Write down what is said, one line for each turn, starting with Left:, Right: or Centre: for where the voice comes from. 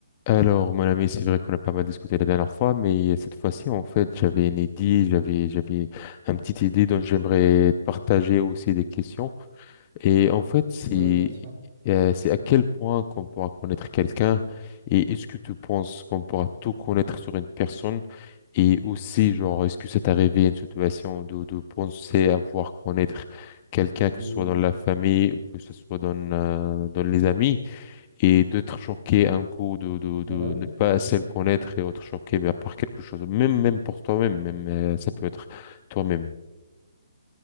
Left: Alors, mon ami, c'est vrai qu'on a pas mal discuté la dernière fois, mais cette fois-ci, en fait, j'avais une idée, j'avais, j'avais une petite idée dont j'aimerais te partager aussi des questions. Et en fait, c'est,
Right: Oui, bien sûr.
Left: euh, c'est à quel point qu'on pourra connaître quelqu'un et est-ce que tu penses qu'on pourra tout connaître sur une personne et aussi, genre, est-ce que c'est arrivé une situation de, de penser avoir connaître quelqu'un, que
Right: Mhm.
Left: ce soit dans la famille ou que ce soit dans, euh, dans les amis? et d'être choqué un coup, de, de, de
Right: Ouais.
Left: ne pas assez le connaître et être choqué mais par quelque chose, même, même pour toi-même, même, euh, ça peut être toi-même.